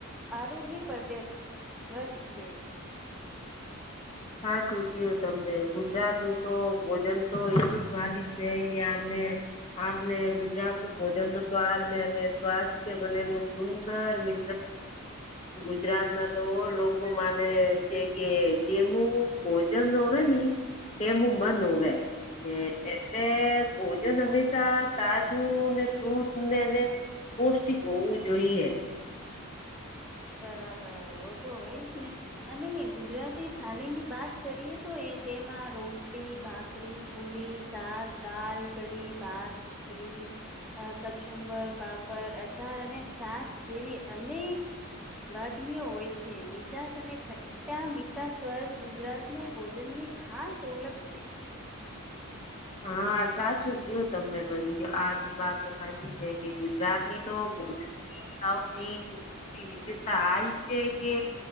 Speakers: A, in the centre; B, on the left.
A: આરોગ્ય પદેપદ છે
B: હા ચૂક્યું તમને ગુજરાત નું તો ભોજન તો એટલું સ્વાદિષ્ટ છે કે આમને આપને ગુજરાત નું ભોજન તો સ્વાદ ને અને સ્વાસ્થ્ય બને ન સુંદર મિ ગુજરાત ના તો લોકો માને છે કે જેમ હ ભોજન હોવે ને તેું મનોવે ને એટલે ભોજન હંમેશા તાજું ને શુદધ ને સ્પોસ્ટિક હોવું જોઈએ
A: બરાબર ઓ તો હોય જ ને અને ગુજરાતી થાળીની વાત કરીએ તો એ તેમાં રોટલી ભાકરી પૂરી સાક દાલ કઢી ભાત ખિચડી કછુંબર પાપડ અચાર અને છાસ જેવી અનેક ભાગનીય હોય છે મીઠાસ અને ખટ ચટટા મીટા સ્વજ ગુજરાતનું ભોજનની ખાસ ઓળખ છે
B: હા સાચું કયું તમને તો આજ વાત તો સાચી છે કે ગુજરાત ની તો ભોજનની વિશેષતા આ છે કે